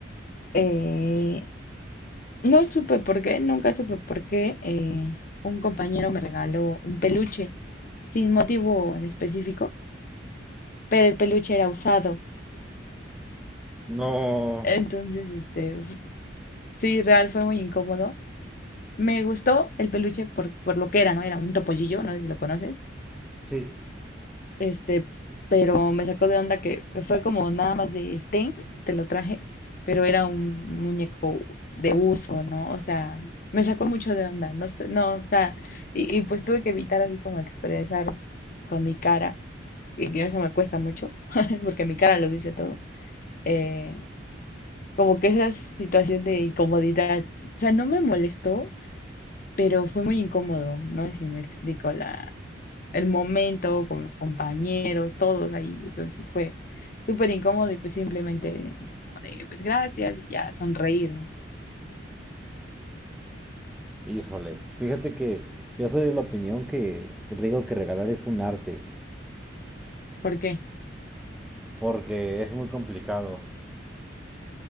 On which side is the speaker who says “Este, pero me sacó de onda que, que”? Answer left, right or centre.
Left